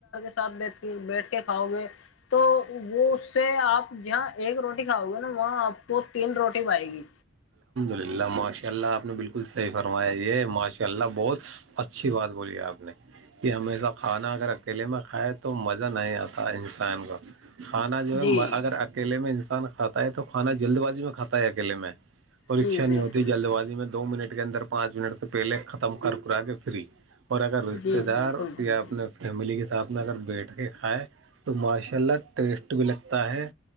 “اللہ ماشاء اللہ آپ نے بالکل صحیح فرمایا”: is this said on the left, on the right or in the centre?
Right